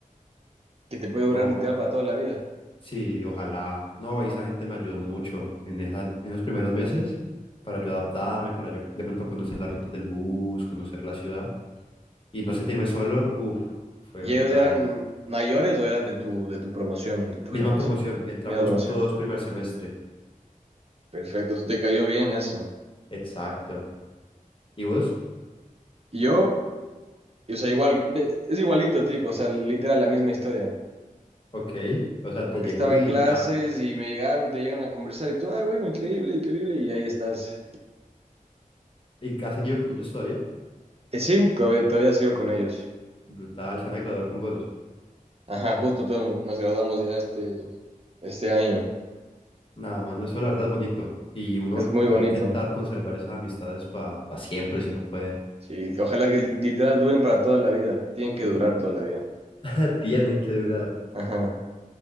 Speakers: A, on the right (about 45°); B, on the left (about 40°).
A: que te puede durar
B: No,
A: literal para toda la vida.
B: sí, ojalá. No, esa gente me ayudó mucho en esa, en los primeros meses para yo adaptarme, para yo de pronto conocer las rutas del bus, conocer la ciudad y no sentirme solo. Uf, fue
A: ¿Y
B: brutal.
A: ellos eran mayores o eran de tu, de tu promoción, de tu
B: Misma
A: generación?
B: promoción, entramos
A: Mira, promoción.
B: todos primer semestre.
A: Perfecto, te cayó bien eso.
B: Exacto. ¿Y vos?
A: Y yo, o sea, igual, me- es igualito, tico o sea, literal, la misma historia.
B: Ok, o sea,
A: Como
B: te
A: que
B: llegó
A: estaba
B: y
A: en clases
B: ya.
A: y me llegaron, te llegan a conversar y tú, ah, bueno, increíble, increíble, y ahí estás.
B: ¿Y has seguido con ellos todavía?
A: Eh, sí, todavía, todavía sigo con ellos.
B: Brutal, se van a graduar con vos.
A: Ajá, justo todos nos graduamos ya este, este año.
B: Nada, mano, eso la verdad es bonito. Y uno
A: Es
B: in-
A: muy
B: ojalá
A: bonito.
B: intentar conservar esas amistades para siempre, si uno puede.
A: Sí, ojalá que literal duren para toda la vida. Tienen que
B: Ujú.
A: durar toda la vida.
B: <laughs> Tienen que durar.
A: Ajá.